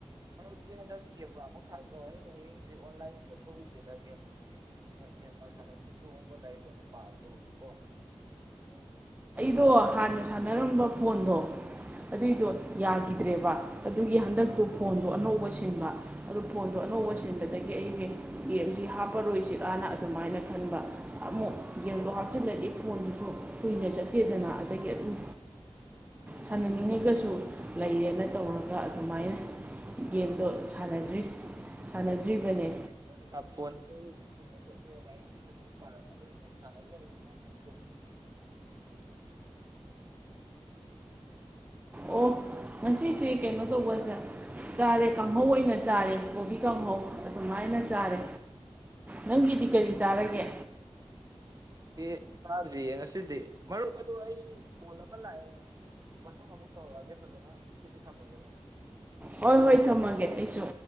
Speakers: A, on the right (about 35°); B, on the right (about 15°).
A: ꯃꯔꯨꯞꯇꯤ ꯍꯟꯗꯛ ꯒꯦꯝꯒ ꯑꯃꯨꯛ ꯁꯥꯟꯅꯗ꯭ꯔꯣ ꯑꯩ <unintelligible>
B: ꯑꯗꯣ ꯍꯥꯟꯅ ꯁꯥꯟꯅꯔꯝꯕ ꯐꯣꯟꯗꯣ ꯑꯗꯨꯏꯗꯣ ꯌꯥꯈꯤꯗ꯭ꯔꯦꯕ ꯑꯗꯨꯒꯤ ꯍꯟꯗꯛꯇꯨ ꯐꯣꯟꯗꯣ ꯑꯅꯧꯕ ꯁꯤꯟꯕ ꯑꯗꯨ ꯐꯣꯟꯗꯣ ꯑꯅꯧꯕ ꯁꯤꯟꯕꯗꯒꯤ ꯑꯩꯁꯤ ꯒꯦꯝꯁꯤ ꯍꯥꯞꯄꯔꯣꯏꯁꯤꯔꯅ ꯑꯗꯨꯃꯥꯏꯅ ꯈꯟꯕ ꯑꯃꯨꯛ ꯒꯦꯝꯗꯣ ꯍꯥꯞꯆꯤꯜꯂꯗꯤ ꯐꯣꯟꯗꯨꯁꯨ ꯀꯨꯏꯅ ꯆꯠꯇꯦꯗꯅ ꯑꯗꯒꯤ ꯑꯗꯨꯝ ꯁꯥꯟꯅꯅꯤꯡꯉꯒꯁꯨ ꯂꯩꯔꯦꯅ ꯇꯧꯔꯒ ꯑꯗꯨꯃꯥꯏꯅ ꯒꯦꯝꯗꯣ ꯁꯥꯟꯅꯗ꯭ꯔꯤ ꯁꯥꯟꯅꯗ꯭ꯔꯤꯕꯅꯦ
A: <inaudible> ꯑꯥꯏꯐ‌ꯣꯟꯁꯨ ꯀꯨꯏꯅ ꯂꯥꯏꯔꯤꯛꯁꯨ ꯐꯖꯅ ꯄꯥꯔꯝꯃꯅꯤ ꯒ‌ꯦꯝꯁꯥꯟꯅꯗ꯭ꯔꯕꯅꯤ ꯅ‌ꯣꯏꯗꯤ
B: ꯑꯣ ꯉꯁꯤꯁꯦ ꯀꯩꯅꯣ ꯇꯧꯕꯁꯦ ꯆꯥꯔꯦ ꯀꯥꯡꯍꯧ ꯑꯣꯏꯅ ꯆꯥꯔꯦ ꯀꯣꯕꯤ ꯀꯥꯡꯍꯧ ꯑꯗꯨꯃꯥꯏꯅ ꯆꯥꯔꯦ ꯅꯪꯒꯤꯗꯤ ꯀꯔꯤ ꯆꯥꯔꯒꯦ
A: ꯑꯩꯒꯤꯗꯤ ꯆꯥꯗ꯭ꯔꯤꯌꯦ ꯉꯁꯤꯗꯤ ꯃꯔꯨꯞ ꯑꯗꯣ ꯑꯩ ꯀꯣꯜ ꯑꯃ ꯂꯥꯛꯑꯦ ꯑꯩ ꯃꯊꯪ ꯑꯃꯨꯛ ꯇꯧꯔꯛꯑꯒꯦ ꯐꯖꯅ ꯉꯁꯤꯒꯤꯗꯤ ꯊꯝꯃꯒꯦ
B: ꯍꯣꯏ ꯍꯣꯏ ꯊꯝꯃꯒꯦ ꯑꯩꯁꯨ